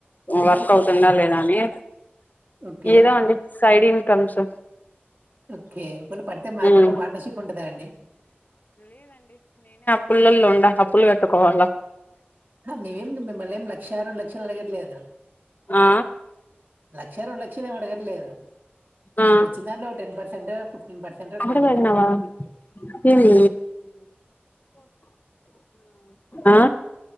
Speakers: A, on the left; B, on the right.
A: వర్క్ అవుతుందా లేదా అని
B: ఓకే
A: ఏదో అండి సైడ్ ఇన్కమ్స్
B: ఓకే ఒకవేల పడితే మాకేమైనా
A: ఉమ్
B: పార్ట్నర్షిప్ ఉంటందా అండి
A: పుల్లల్లో ఉండా అప్పులు కట్ ట్టుకోవాల
B: హ మైం మిమ్మల్నేం లక్ లక్షా రెండు లక్షలు అడగట్లేదు
A: ఆ
B: లక్షా రెండు లక్షలు ఏమి అడగట్లేదు
A: ఆ
B: వచ్చిన దాంట్లో ఒక టెన్ పర్సెంట్ ఫిఫ్టీన్ పర్సెంట్
A: అక్కడ
B: అడుగుతున్నాం
A: పెట్నావా ఏంది ఆ ఆ